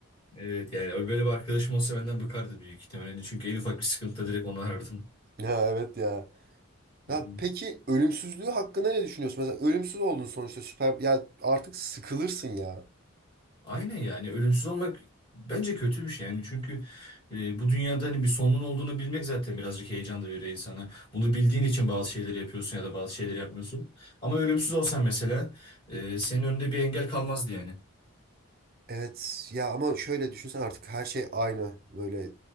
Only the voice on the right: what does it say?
Ya evet ya.
Ya
peki ölümsüzlüğü hakkında ne düşünüyorsun? Mesela ölümsüz oldun sonuçta süper ya artık sıkılırsın ya.
Evet ya ama şöyle düşünsen artık her şey aynı böyle